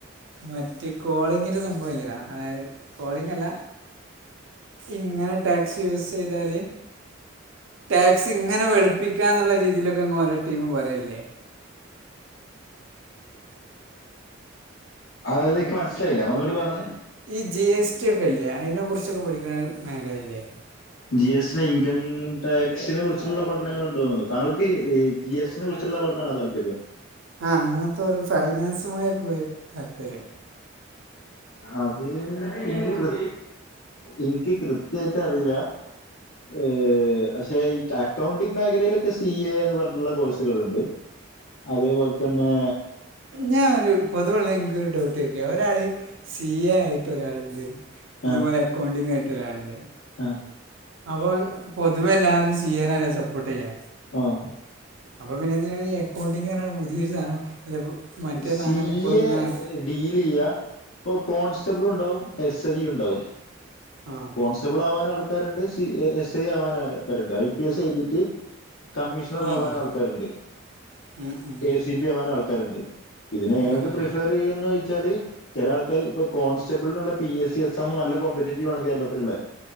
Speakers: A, on the right (about 75°); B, on the left (about 85°).
A: മറ്റേ കോളിങ്ങിന്റെ സംഭവലേ ടാ അതായത് കോളിങ്ങല്ല. ഇങ്ങനെ ടാക്സ് യൂസ് ചെയ്താല്. ടാക്സ് ഇങ്ങനെ വെളുപ്പിക്കാന്നുള്ള രീതിയിലൊക്കെങ്ങ് ഓരോ ടീമുപറയല്ലേ.
B: അതായത് ഇനിക്ക് മനസ്സിലായില്ല ഒന്നൂടി പറഞ്ഞ.
A: ഈ ജി എസ് ടി ഒക്കെല്യേ അയിനെ കുറിച്ചൊക്കെ പഠിക്കുന്ന മേഖലയില്ലേ.
B: ജി എസ് ടി ഇൻകം ടാക്സിനെ കുറിച്ചുള്ള പഠനങ്ങൾ ഇണ്ടൂന്ന്തൊന്ന്ണു താങ്കൾക്ക് ജി സ്റ്റിനെ കു ചുള്ള പഠനണോ താല്പര്യം.
A: ആ അങ്ങനത്തെരു ഫൈനാൻസുമായിത് പോയി താല്പര്യം
B: അത്... ഇനിക്ക് കൃ ഇൻക് കൃത്യായിട്ട് അറിയില്ല ഏ പക്ഷെ ഈ അക്കൗണ്ടിങ് മേഖലയിലൊക്കെ സി എ എന്ന് പറഞ്ഞിട്ടുള്ള കോഴ്സുകളുണ്ട്. അതേപോലെ തന്നെ
A: ഞാനൊരു പൊതുവെ ഒള്ള ഇക്കൊരു ഡൗട്ട് ചോയിക്ക ഒരാള് സി എ ആയിട്ട് ഒരാളുണ്ട് അതേപോലെക്കൗണ്ടിംഗ്
B: ആഹ്
A: ആയിട്ടൊരാളുണ്ട്
B: ആഹ്
A: അപ്പോൾ പൊതുവെ എല്ലാവരും സി എ നല്ലേ സപ്പോർട്ട് ചെയ്യാ?
B: ആഹ്
A: അപ്പൊ പിന്നെ എന്തിനാണീ അക്കൗണ്ടിങ് എന്ന് പറഞ്ഞു പുതിയൊരു സാധനം? അല്ല മറ്റേ
B: സി
A: സാധനം ഇപ്പോഴും
B: എ
A: ഇങ്ങനെ
B: ഡീല് ചെയ്യ ഇപ്പോ കോൺസ്റ്റബിൾ ഉണ്ടാവും എ സ് ഐ യും ഉണ്ടാവും
A: ആ
B: കോൺസ്റ്റബിൾ ആവാനും ആൾക്കാരുണ്ട് സി എസ് ഐ ആവാന ക്കാര്ണ്ട് ഐ പി എസ് എഴുതീട്ട് കമ്മീഷണർ
A: ഉം
B: ആവാനും
A: ഉം.
B: ആൾക്കാരുണ്ട്
A: ഉം ഉം.
B: എ സി പി ആവാനും ആൾക്കാരുണ്ട് ഇതിനെ
A: ആ
B: ഏത്
A: ആ
B: പ്രിഫർ ചെയ്യുന്നുച്ചാല് ചില ആൾക്കാര് ഇപ്പ കോൺസ്റ്റബിളിനുള്ള പി എസ് സി എക്സാമ് നല്ല കോമ്പറ്റീറ്റീവ് ആണ് കേരള നിർമ്മൽ